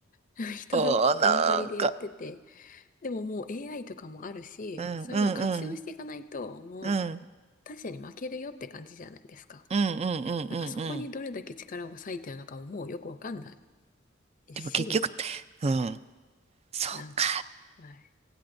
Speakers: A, on the left; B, on the right.
A: <laughs> 人の頑張りでやってて。
B: ああ、なんか、
A: でももう AI とかもあるし、
B: うん、
A: そういうのを活用していかないと、
B: うん、うん、
A: もう
B: うん、
A: 他社に負けるよって感じじゃないですか。
B: うん、うん、うん、
A: なんかそこにどれだけ力を割いてるのかももうよくわかんな
B: うん。うん
A: いし、
B: でも結局、うん、そっか。
A: なんか、はい。